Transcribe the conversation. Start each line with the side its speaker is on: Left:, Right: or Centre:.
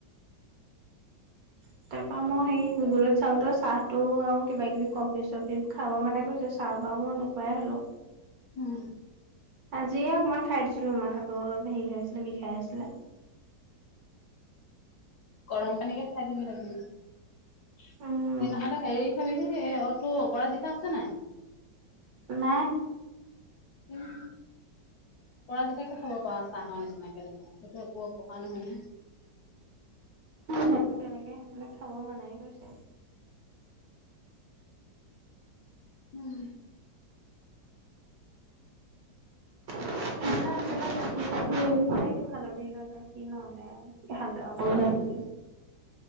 Right: <inaudible> তাৰপা মই সেই গুগুলত চাওতে চাহটো আৰু কিবা-কিবি কফি-চফি খাব মানা কৰিছে। চাহ বা অ', মই নোখোৱাই হ'লো।
Left: উম।
Right: আজিহে অকমান খাই দিছিলো, মাথাতো অলপ হেৰি হৈ আছিলে বিষাই আছিলে।
Left: গৰম পানীকে খাই দিব লাগিব। এ
Right: উম
Left: নহ'লে হেৰি খাবি হে এ, অ', তোৰ অপৰাজিতা আছেনে নাই?
Right: নাই।
Left: উম। পৰাজিতাকে খাব পাৰ চাহৰ নিচিনাকে দেখোন। সেইটো একো অপকাৰ নহয়, নহয়।
Right: সেইটো তেনেকে সেইবিলাক খাব মানায়ে কৰিছে।
Left: উম।
Right: <unintelligible> গাখিৰ-চাখিৰ বোৰ খাই দিওঁ। হালধিৰ গাখীৰ নহ'লে <unintelligible> গাখীৰ।